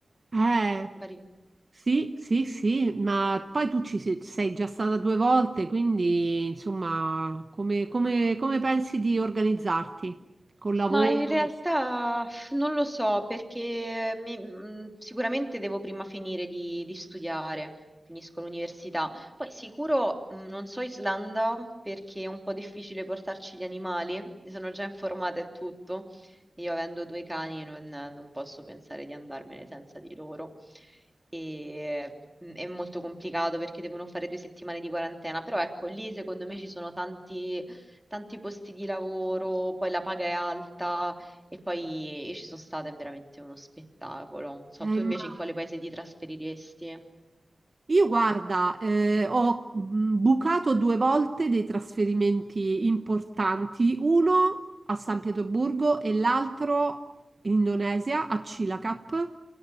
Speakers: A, on the right (about 40°); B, in the centre.
A: Eh,
B: Magari
A: sì, sì, sì, ma poi tu ci se- sei già stata due volte, quindi insomma, come, come- come pensi di organizzarti? Col lavoro?
B: Ma in realtà
A: lo s-
B: f- non lo so perché mi- mh, sicuramente devo prima finire di, di studiare, finisco l'università. Poi sicuro mh, non so Islanda perché è un po' difficile portarci gli animali, mi sono già informata e tutto. e Io avendo due cani non, non posso pensare di andarmene senza di loro. E, mh, è molto complicato perché devono fare due settimane di quarantena, però ecco lì secondo me ci sono tanti tanti posti di lavoro, poi la paga è alta e poi io ci sono stata, è veramente uno spettacolo. Non So,
A: Eh,
B: tu
A: immagino.
B: invece in quale paese ti trasferiresti?
A: Io guarda, eh, ho mh, bucato due volte dei trasferimenti importanti, uno a San Pietroburgo e l'altro in Indonesia, a Cilacap,